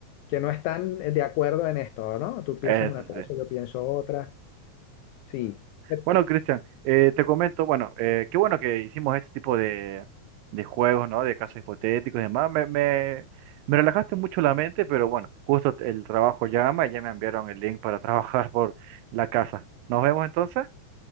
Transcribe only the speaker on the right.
eso
sí.
Bueno, Cristian, eh, te comento, bueno, eh, qué bueno que hicimos este tipo de, de juegos, ¿no? De casos hipotéticos y demás. Me, me, me relajaste mucho la mente, pero bueno, justo el trabajo llama y ya me enviaron el link para <laughs> trabajar por la casa. Nos vemos entonces.